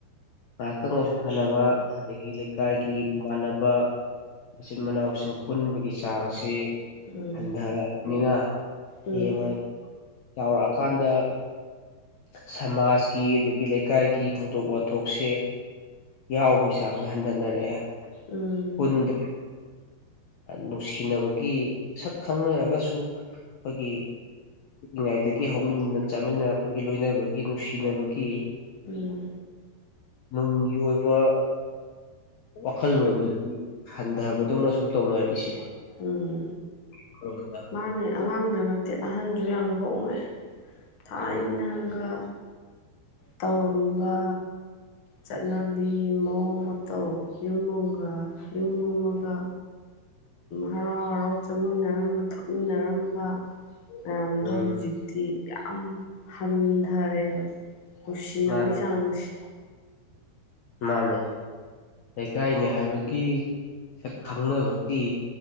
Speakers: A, on the left; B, on the left.
A: ꯉꯥꯏꯍꯥꯛꯇꯪ ꯑꯣꯏꯁꯨ ꯁꯥꯅꯕ ꯑꯗꯒꯤ ꯂꯩꯀꯥꯏꯒꯤ ꯃꯃꯅꯕ ꯃꯆꯤꯟ ꯃꯅꯥꯎꯁꯤꯡ ꯄꯨꯟꯕꯒꯤ ꯆꯥꯡꯁꯤ
B: ꯎꯝ
A: ꯍꯟꯗꯔ ꯃꯤꯅ
B: ꯎꯝ
A: ꯌꯦꯡꯉꯩ ꯌꯥꯎꯔꯛꯑꯀꯥꯟꯗ ꯁꯃꯥꯖꯀꯤ ꯑꯗꯒꯤ ꯂꯩꯀꯥꯏꯒꯤ ꯊꯧꯗꯣꯛ ꯋꯥꯊꯣꯛꯁꯦ ꯌꯥꯎꯕꯒꯤ ꯆꯥꯡꯁꯦ ꯍꯟꯊꯅꯔꯛꯑꯦ
B: ꯎꯝ
A: ꯄꯨꯟꯗ ꯅꯨꯡꯁꯤꯅꯕꯒꯤ ꯁꯛ ꯈꯪꯅꯔꯒꯁꯨ ꯑꯩꯈꯣꯏꯒꯤ ꯄꯤꯛꯏꯉꯩꯗꯒꯤ ꯍꯧꯃꯤ ꯆꯥꯃꯤꯟꯅꯔꯛꯄ ꯒꯤ ꯂꯣꯏꯅꯕꯒꯤ ꯅꯨꯡꯁꯤꯅꯕꯒꯤ
B: ꯎꯝ
A: ꯅꯨꯡꯒꯤ ꯑꯣꯏꯕ ꯋꯥꯈꯜꯂꯣꯟꯗꯨꯗꯤ ꯍꯟꯊꯕꯗꯧꯅ ꯁꯨꯝ ꯇꯧꯅꯔꯛꯏꯁꯦ
B: ꯎꯝ
A: ꯑꯃꯔꯣꯝꯗ
B: ꯃꯥꯅꯦ ꯑꯉꯥꯡꯗ ꯅꯠꯇꯦ ꯑꯍꯟꯁꯨ ꯌꯥꯝ ꯍꯣꯡꯉꯦ ꯊꯥꯏꯅꯒ
A: ꯎꯝ
B: ꯇꯧꯔꯝꯕ ꯆꯠꯅꯕꯤ ꯃꯑꯣꯡ ꯃꯇꯧ ꯌꯨꯝ ꯑꯃꯒ ꯌꯨꯝ ꯑꯃꯒ ꯍꯔꯥꯎ ꯍꯔꯥꯎ ꯆꯥꯃꯤꯟꯅꯔꯝꯕ ꯊꯛꯃꯤꯟꯅꯔꯝꯕ ꯃꯌꯥꯝꯗ
A: ꯎꯝ
B: ꯍꯧꯖꯤꯛꯇꯤ ꯌꯥꯝ ꯍꯟꯊꯔꯦꯕ ꯍꯁꯤꯅꯕꯕꯨ
A: ꯃꯥꯅꯦ
B: ꯆꯥꯡꯁꯤ
A: ꯃꯥꯅꯦ ꯂꯩꯀꯥꯏꯅꯤ ꯍꯥꯏꯕꯒꯤ ꯁꯛ ꯈꯪꯅꯕꯒꯤ